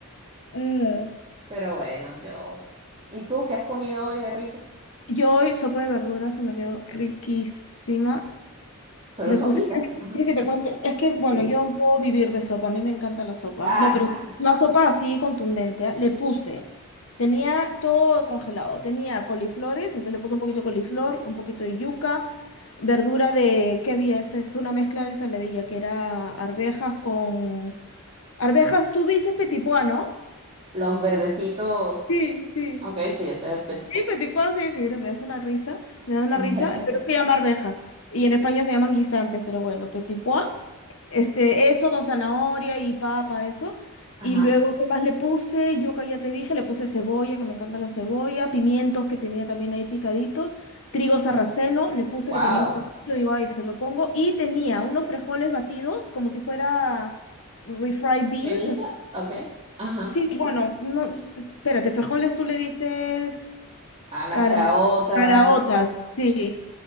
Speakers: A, on the left (about 65°); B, on the right (about 30°).
A: Mm.
B: Pero bueno, yo. ¿Y tú qué has comido hoy de rico?
A: Yo hoy sopa de verduras que me quedó riquísima.
B: Solo
A: Le
B: sopita.
A: puse, ¿quieres
B: Ajá.
A: que te cuente? Es que, bueno,
B: Sí.
A: yo puedo vivir de sopa, a mí me encanta la sopa.
B: Ah,
A: No, pero
B: <laughs>
A: una sopa así contundente, ¿ah? Le puse, tenía todo congelado, tenía coliflores, entonces le puse un poquito de coliflor, un poquito de yuca, verdura de, ¿qué había? Es, es una mezcla de ensaladilla, que era arvejas con Arvejas, tú dices petipoa, ¿no?
B: los verdecitos.
A: Sí, sí.
B: Ok, sí, ese es el petit
A: Sí,
B: pot.
A: petipoa, sí, que era- es una risa, me da una
B: <laughs>
A: risa, pero se llama arvejas. Y en España se llaman guisantes, pero bueno, petipoa. Este, eso con zanahoria y papa, eso.
B: Ajá.
A: Y luego, ¿qué más le puse? Yo que ya te dije, le puse cebolla, que me encanta la cebolla, pimientos que tenía también ahí picaditos, trigo sarraceno, le puse
B: Wow.
A: que tenía un poquito, digo, ahí se lo pongo. Y tenía unos frijoles batidos, como si fuera refried beans,
B: Cremita. Ok. Ajá.
A: Sí, bueno, no, s- espérate, frijoles tú le dices
B: Ah, las
A: cara-
B: caraotas.
A: caraotas, sí.